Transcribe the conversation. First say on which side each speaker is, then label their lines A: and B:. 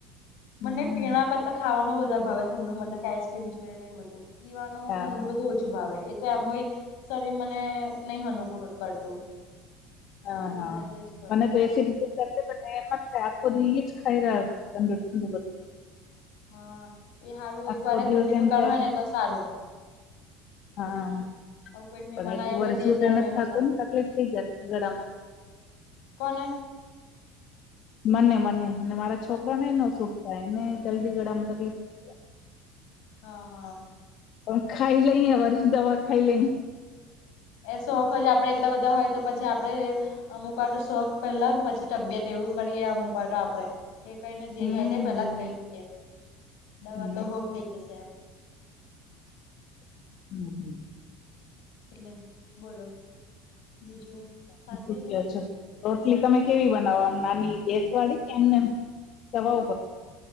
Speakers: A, on the left; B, on the left.
A: હમ
B: મને પીણા કર ખાવાનું બધા ભાવે ઠંડુ મતલબ કે આઈસક્રીમ છે ને એ બધું પીવાનું
A: હા
B: ઠંડુ બધું ઓછું ભાવે. કેમ હોય શરીર મને નહી અનુકૂરણ કરતું.
A: હા
B: એટલે
A: હા
B: વધારે એજ કરું
A: મને
B: મેં
A: તો એ સી ડી ટી એટલે બને મતલબ આખો દિ એ જ ખાઈ રહ ચંડુ ઠંડું.
B: હા એ સારું
A: આખો
B: એક વાર
A: દિવસ
B: ઘરની દુકાન
A: એમ થાય
B: હોય ને તો સારું.
A: હા
B: હ કોઈ મહેમાન
A: પણ એટલું
B: આવ્યો
A: વાર
B: હોય તે
A: સૂટે
B: ટાઈમે
A: નથી ખાતું
B: હોય સારું
A: ને તકલીફ થઇ જાય ગળામાં.
B: કોને?
A: મને મને મારા
B: હા
A: છોકરા
B: હા
A: ને એ ન સુટ થાય એને જલ્દી ગળામાં તકલીફ થઈ જાય.
B: હા હા
A: પણ ખાઈ લઈએ વરી દવા ખાઈ લઈ.
B: એ શોખ જ આપણેે એટલા બધા હોય તો પછી આપડે. અમુક વાટો શોખ પેલા ને પછી તબિયત એવું કરીએ અમુક વાટો આપડે. કે કઈને જે
A: હમ
B: થાય પેલા થઈ દવા
A: હમ
B: તો હો થઈ જશે એમ.
A: હમ, હમ.
B: એટલે બોલો બીજું?
A: બાકી
B: શાંતિ
A: શું કવો
B: છે.
A: છો? રોટલી તમે કેવી બનાવો આમ નાની ગેસ વાળી કે એમને તવા ઉપર